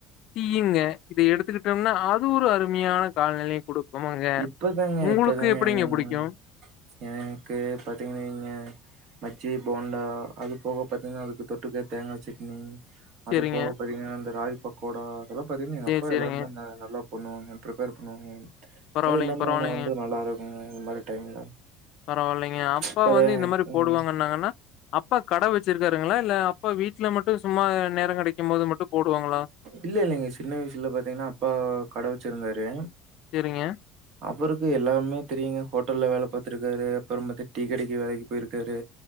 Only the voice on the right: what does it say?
இப்பதாங்க
இப்பதாங்க
என்-
எனக்கு பாத்தீங்கன்னங்க பஜ்ஜி போண்டா அது போக பாத்திங்கனா அதுக்கு தொட்டுக்க தேங்கா சட்னி
அது போக பாத்தீங்கனா அந்த ராகி பக்கோடா அதெல்லா பாத்தீங்கனா எங்க
அப்பா
எல்லாமே நல்லா பண்ணுவாங்க பிரிப்பேர் பண்ணுவாங்க
அது எல்லாமே
நா வந்து நல்லாயிருக்கு இந்த மாரி டைம்ல
இப்பத
ம்
இல்ல இல்லங்க சின்ன வயசுல பாத்தீங்கனா அப்பா கட வச்சுருந்தாரு
அவருக்கு எல்லாமே தெரியுங்க ஹோட்டல்ல வேல பாத்துருக்காரு அப்பறோ பாத்தி டீ கடைக்கு வேலைக்கு போயிருக்காரு